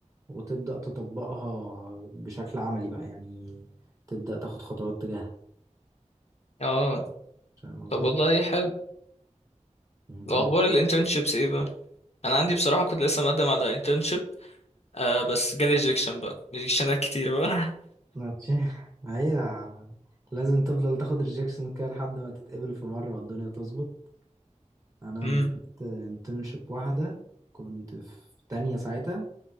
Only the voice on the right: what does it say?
وتبدأ تطبقها بشكل عملي بقى يعني تبدأ تاخد خطوات تجاهها
فاهم قصدي؟
يعني
ماشي هي لازم تفضل تاخد ريجكشن كده لحد ما تتقبل في مرة والدنيا تظبط
أنا
نزلت انترنشيب واحدة كنت في تانية ساعتها